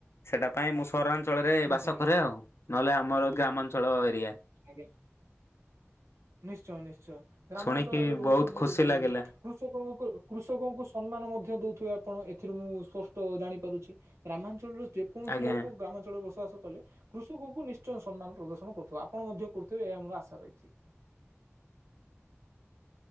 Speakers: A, on the left; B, on the right.
A: ସେଟା ପାଇଁ ମୁଁ ସହରାଞ୍ଚଳରେ
B: ନିଶ୍ଚୟ
A: ବାସ
B: ନିଶ୍ଚୟ
A: କରେ ଆଉ। ନହେଲେ ଆମର ଗ୍ରାମାଞ୍ଚଳ ଏରିଆ
B: ଆଜ୍ଞା। ନିଶ୍ଚୟ ନିଶ୍ଚୟ। ଗ୍ରାମାଞ୍ଚଳରେ
A: ଶୁଣିକି
B: ରହୁଛନ୍ତି
A: ବହୁତ ଖୁସି
B: ଯେତେବେଳେ
A: ଲାଗିଲା
B: କୃଷକ କୃଷକଙ୍କୁ ସମ୍ମାନ ମଧ୍ୟ ଦଉ ଆପଣ ଏଥିରୁ ମୁଁ ସ୍ପଷ୍ଟ ଜାଣିପାରୁଛି ଗ୍ରାମାଞ୍ଚଳର ଯେକୌଣସି
A: ଆଜ୍ଞା।
B: ଲୋକ ଗ୍ରାମାଞ୍ଚଳରେ ବସବାସ କଲେ କୃ କଙ୍କୁ ନିଶ୍ଚୟ ସମ୍ମାନ ପ୍ରଦର୍ଶନ କରୁଥିବ ଆପଣ ମଧ୍ୟ କରୁଥିବେ ଏହା ମୋର ଆଶା ରହିଛି।